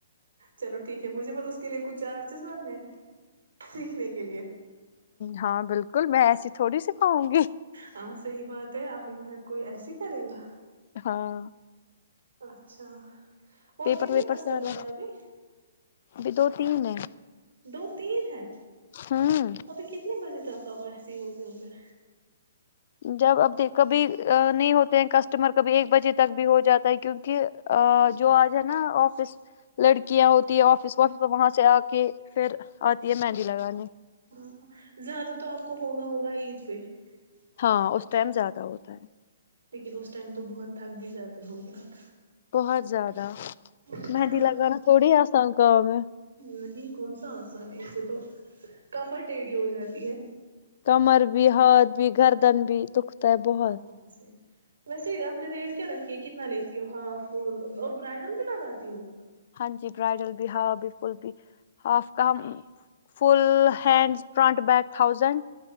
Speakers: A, on the right (about 75°); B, on the left (about 55°).
A: چلو ٹھیک ہے مجھے مت اس کے لیے کچھ چارجز بنے سیکھنے کے لیے
B: ہاں بالکل میں ایسی تھوڑی سکھاؤں گی
A: ہاں صحیح بات ہے اپنی محنت کوئی ایسی کرے گا
B: ہاں
A: اچھا اور
B: پیپر
A: کتنے
B: ویپر
A: کسٹمر
B: سارا
A: ہیں ابھی
B: ابھی دو تین ہے
A: دو تین ہے
B: ہوں
A: ابھی کتنے بجے تک سب ایسے ہی ہوتے ہو گھر
B: جب ابیک کبھی نہیں ہوتے ہیں کسٹمر کبھی ایک بجے تک بھی ہو جاتا ہے کیونک جو آج ہے نا آفس لڑکیاں ہوتی ہے آفس وفس وہاں سے آ کے پھر آتی ہے مہندی لگانے
A: ہاں ہاں زیادہ تو آپ کو ہوگا <inaudible>
B: ہاں اس ٹائم زیادہ ہوتا ہے
A: لیکن اس ٹائم تو بہت تھک بھی جاتے ہوں گے آپ
B: بہت زیادہ
A: اور
B: مہندی
A: کیا
B: لگانا تھوڑی آسان کام ہے
A: نہیں کون سا آسان ہے اسے تو کمبر ٹیڑھی ہو جاتی ہے
B: کمر بھی ہاتھ بھی گردن بھی دکھتا ہے بہت
A: اں ویسے آپ نے ریٹ کیا رکھی ہے کتنا لیتی ہو ہاف فل اور برائڈل بھی لگاتی ہو
B: ہاں جی برائڈل بھی ہا ب فل بھی ہاف کا ہم full hand front back thousand